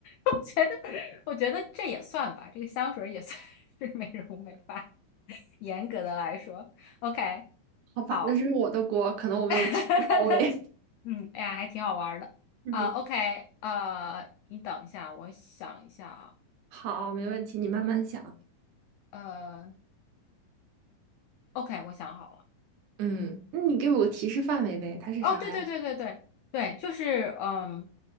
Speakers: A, on the left (about 85°); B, on the right (about 75°).
A: <laughs> 我觉得我觉得这也算吧，这个香水儿也算是美容美发，严格的来说，OK，
B: 好吧，
A: 好。
B: 那是我的锅，可能我没有提到位。
A: <laughs> 嗯，哎呀，还挺好玩儿的啊。
B: <laughs> 嗯。
A: OK，呃，你等一下，我想一下啊。
B: 好，没问题，你慢慢想。
A: 呃，OK，我想好了。
B: 嗯，那你给我个提示范围呗，它是啥呀？
A: 哦，对对对对对对，就是嗯，